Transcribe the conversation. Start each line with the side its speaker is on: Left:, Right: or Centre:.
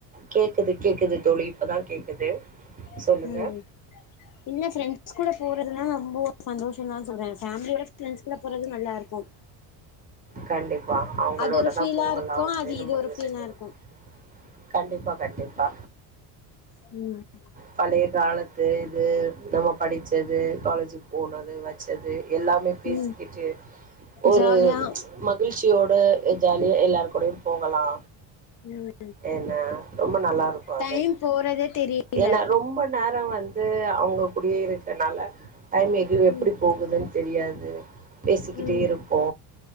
Right: கேக்குது கேக்குது தோழி இப்பதா கேக்குது
Left: ம்
Right: சொல்லுங்க
Left: இல்ல ஃப்ரெண்ட்ஸ் கூட போறதுனா ரொம்போ சந்தோஷந்தா சொல்ற ஃபேமிலியோட ஃப்ரெண்ட்ஸ் கூட போறது நல்லா இருக்கு
Right: கண்டிப்பா அவுங்களோட
Left: அது ஒரு ஃபீலா
Right: தா போகலா
Left: இருக்கு
Right: அப்டினு
Left: அது இது
Right: முடிவு
Left: ஒரு ஃபீலா
Right: செஞ்சிருக்
Left: இருக்கு
Right: கண்டிப்பா கண்டிப்பா
Left: ம்
Right: பழைய காலத்து இது நம்ம படிச்சது காலேஜு போனது வச்சது எல்லாமே பேசிக்கிட்டு
Left: ம்
Right: ஒரு
Left: ஜாலியா
Right: மகிழ்ச்சியோட ஜாலியா எல்லாருக்கூடயு போகலா
Left: ம்
Right: ஏனா ரொம்ப நல்லா இருக்கு அது
Left: டைம் போறதே தெரியல
Right: ஏனா ரொம்ப நேரோ வந்து அவுங்க கூடியே இருக்கனால டைம் எ லீவு எப்டி
Left: ம்
Right: போகுதுன் தெரியாது பேசிக்கிட்டே
Left: ம்
Right: இரு ப்போ